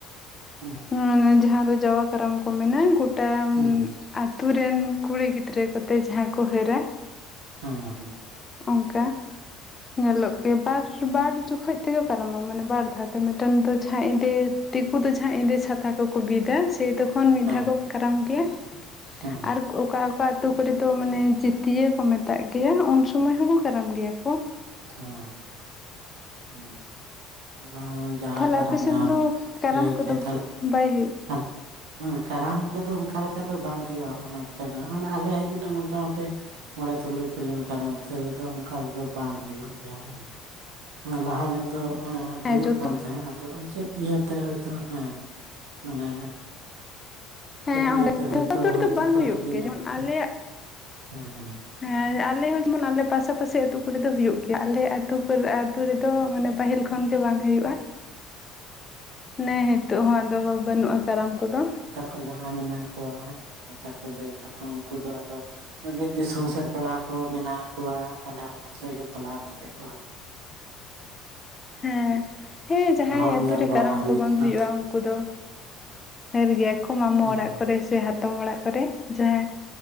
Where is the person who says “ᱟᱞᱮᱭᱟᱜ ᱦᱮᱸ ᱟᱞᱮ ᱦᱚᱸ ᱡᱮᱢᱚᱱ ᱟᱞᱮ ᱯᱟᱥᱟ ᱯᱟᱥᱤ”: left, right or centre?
Left